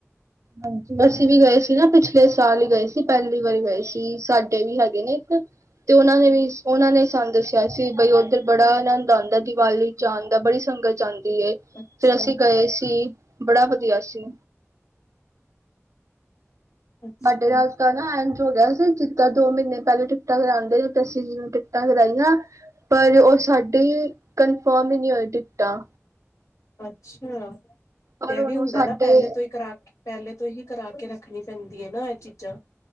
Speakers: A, on the right (about 75°); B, on the left (about 75°).
A: ਹਾਂਜੀ, ਬਸ ਅਸੀ ਵੀ ਗਏ ਸੀ ਨਾ ਪਿਛਲੇ ਸਾਲ ਹੀ ਗਏ ਸੀ, ਪਹਿਲੀ ਵਾਰੀ ਗਏ ਸੀ, ਸਾਡੇ ਵੀ ਹੈਗੇ ਨੇ ਇੱਕ ਤੇ ਉਹਨਾਂ ਨੇ ਵੀ ਉਹਨਾਂ ਨੇ ਸਾਨੂੰ ਦੱਸਿਆ ਸੀ, ਬਈ ਉੱਧਰ ਬੜਾ ਆਨੰਦ ਆਉਂਦਾ ਦੀਵਾਲੀ ਜਾਣ ਦਾ ਬੜੀ ਸੰਗਤ ਜਾ
B: ਅੱਛਾ
A: ਫਿਰ ਅਸੀਂ ਗਏ ਸੀ, ਬੜਾ ਵਧੀਆ ਸੀ।
B: ਅੱਛਾ
A: ਸਾਡੇ ਹਸ ਤਾਂ ਨਾ ਐਝ ਹੋ ਗਿਆ ਜਿੱਦਾਂ ਦੋ ਮਹੀਨੇ ਪਹਿਲੇ ਟਿਕਟਾਂ ਕਰਾਉਂਦੇ ਸੀ ਅਸੀਂ <unintelligible> ਟਿਕਟਾਂ ਕਰਾਈਆਂ ਪਰ ਓ ਸਾਡੀ ਕਨਫਰਮ ਹੀ ਨਈ ਹੋਈ ਟਿਕਟਾਂ
B: ਅੱਛਾ।
A: ਪਰ
B: ਤੇ ਐ
A: ਉਹਨੂੰ
B: ਵੀ ਹੁੰਦਾ
A: ਸਾਡੇ
B: ਨਾ ਪਹਿਲੇ ਤੋਂ ਹੀ ਕਰਾ ਪਹਿਲੇ ਤੋਂ ਹੀ ਕਰਾ ਕੇ ਰ ਖਣੀ ਪੈਂਦੀ ਐ ਨਾ ਐ ਚੀਜਾਂ।